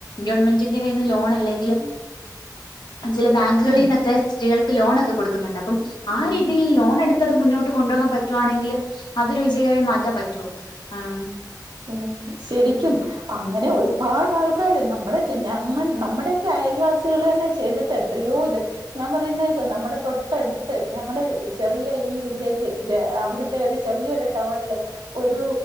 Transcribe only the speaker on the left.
ഗവൺമെന്റിന്റെ കയ്യിൽ നിന്ന് ലോണ അല്ലെങ്കിൽ
ഉം ചില ബാങ്കുകളിൽ
നിന്നൊക്കെ സ്ത്രീകൾക്ക് ലോണൊക്കെ കൊടുക്കുന്നുണ്ട് അപ്പം ആ
രീതിയിൽ ലോൺ എടുത്തത് മുന്നോട്ട് കൊണ്ടുപോകാൻ പറ്റുവാണെങ്കിൽ അതൊരു വിജയകരമായി മാറ്റാൻ പറ്റോ ആഹ്